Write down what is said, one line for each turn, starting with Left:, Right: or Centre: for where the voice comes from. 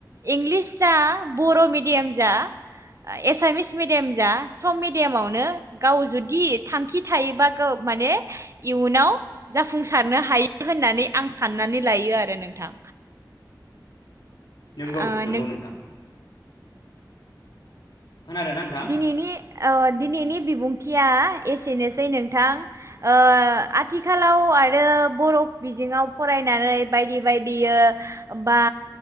Right: इंलिस जा बर' मिडियाम जा एसामिस मिडियाम जा सब मिडियामावनो गाव जुदि थांखि थायोबा गाव माने इयुनाव जाफुंसारनो हायो होननानै आं साननानै लायो आरो नोंथां।
Left: नंगौ
Right: ओ
Left: नंगौ
Right: नों
Left: नोंथां खोनादों ना नोंथां
Right: दिनैनि औ दिनैनि बिबुंथिया एसेनोसै नोंथां ओ आथिखालाव आरो बर' बिजोङाव फरायनानै बायदि बायदि बा